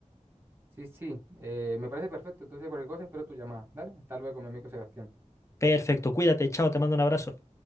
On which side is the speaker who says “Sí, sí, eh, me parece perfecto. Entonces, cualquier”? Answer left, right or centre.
Right